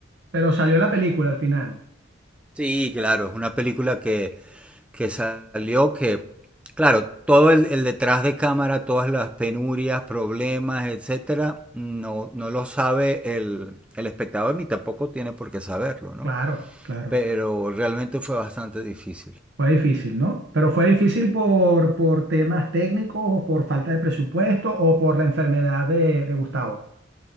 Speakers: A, on the right; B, in the centre.
A: pero salió la película al final.
B: <laughs> sí, claro, es una película que, que salió que, claro, todo el, el, detrás de cámara, todas las penurias, problemas, etcétera, no, no lo sabe el, el espectador ni tampoco tiene por qué saberlo, ¿no?
A: Claro, claro.
B: Pero realmente fue bastante difícil.
A: Fue difícil, ¿no? Pero fue difícil por, por temas técnicos o por falta de presupuesto o por la enfermedad de, de Gustavo.